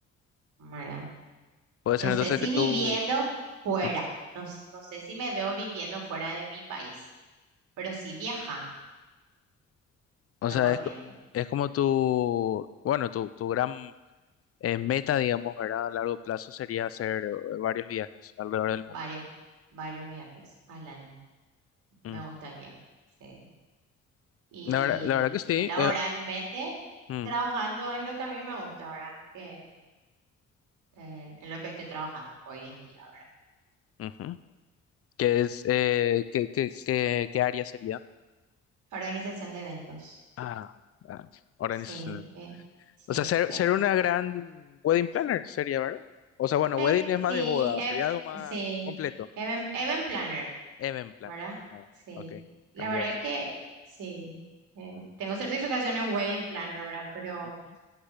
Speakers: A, on the right; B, on the left.
A: ¿verdad?
B: Puede
A: No
B: ser
A: sé
B: entonces
A: si
B: que tú,
A: viviendo fuera,
B: ajá.
A: no, s- no sé si me veo viviendo fuera de mi país, pero sí viajando.
B: O sea,
A: recorriendo
B: es, co- es como tu, bueno, tu, tu gran eh, meta, digamos, ¿verdad? A largo plazo sería hacer eh, varios viajes alrededor del
A: varios,
B: mundo.
A: varios viajes al año.
B: Ujú.
A: Me gustaría, sí. Y
B: La verdad, la verdad que sí.
A: laboralmente,
B: eh, mm,
A: trabajando en lo que a mí me gusta, ¿verdad? Que, eh, en lo que estoy trabajando hoy en día, ¿verdad?
B: ujú. ¿Qué es, eh, qué, qué, qué- qué área sería?
A: Organización de eventos.
B: Ah, ah, organización.
A: Sí, eh, sí,
B: O sea, ser,
A: es,
B: ser una gran wedding planner sería, ¿verdad? O sea, bueno,
A: eh,
B: wedding es más
A: sí,
B: de boda,
A: ev-
B: sería algo más
A: sí,
B: completo.
A: event, event planner.
B: Event planner.
A: ¿verdad?
B: Ah,
A: Sí.
B: ok,
A: La
B: cambió
A: verdad
B: eso.
A: es que sí. Em, tengo certificación en Wedding Planner, ¿verdad? Pero
B: Ujú,